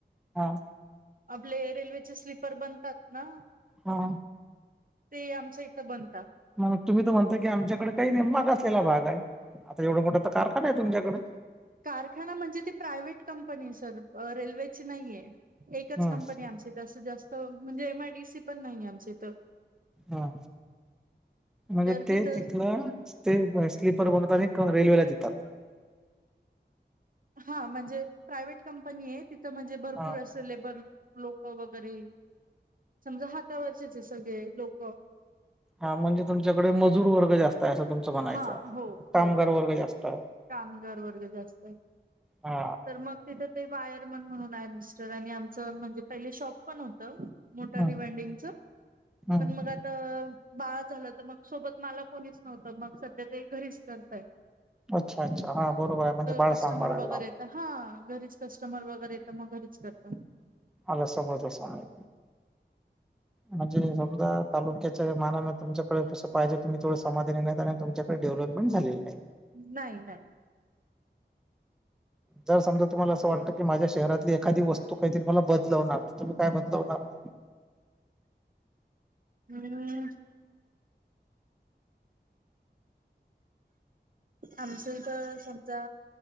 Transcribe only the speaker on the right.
आपले रेल्वेचे स्लीपर बनतात ना
ते आमच्या इतं बनता.
कारखाना म्हणजे ती प्रायव्हेट कंपनी सर, रेल्वेची नाहीये. एकच
कंपनी आमचीत असं जास्त म्हणजे एमआयटीसी पण नाहीए आमचीतं.
तर
तिथं
हां म्हणजे प्रायवेट कंपनीए तिथं म्हणजे भरपूर
असं लेबर लोकं वगैरे समजा हातावरचेचए सगळे लोकं.
हा हो
हो
कामगार वर्ग जास्त आय.
तर मग तिथे ते वायरमन म्हणून आय मिस्टर आणि आमचं म्हणजे पहिले शॉप पण होतं. मोटारी
वायंडींग चं
पण मग आत तर बाळ झालं तर मग सोबत मला कोणीच नव्हतं मग सध्या ते घरीच करतय.
कस्टमर
वगैरे हा घरीच कस्टमर वगैरे येत मग घरीच करत.
नाही नाही.
हम्म. आमच इथ समजा